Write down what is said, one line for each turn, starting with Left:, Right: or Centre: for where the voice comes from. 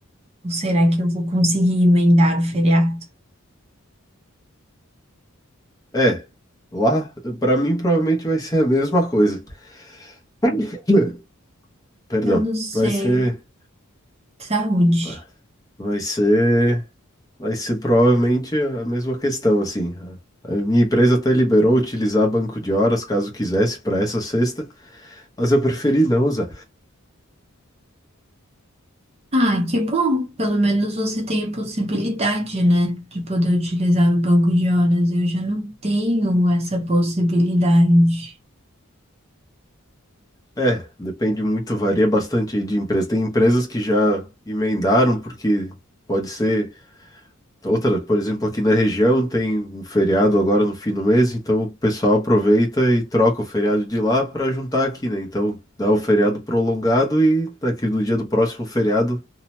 Right: Ou será que eu vou conseguir emendar o feriado?
Left: É, lá, pra mim provavelmente vai ser a mesma coisa. <coughs> <laughs> Perdão,
Right: Eu não sei.
Left: vai ser.
Right: Saúde.
Left: Tá. Vai ser, vai ser provavelmente a mesma questão, assim. A a minha empresa até liberou utilizar banco de horas caso quisesse para essa sexta, mas eu preferi não usar.
Right: Ah, que bom. Pelo menos você tem a possibilidade, né, de poder utilizar o banco de horas. Eu já não tenho essa possibilidade.
Left: É, depende muito, varia bastante aí de empresa. Tem empresas que já emendaram, porque pode ser outra, por exemplo, aqui na região tem um feriado agora no fim do mês, então o pessoal aproveita e troca o feriado de lá para juntar aqui, né? Então dá o feriado prolongado e daqui no dia do próximo feriado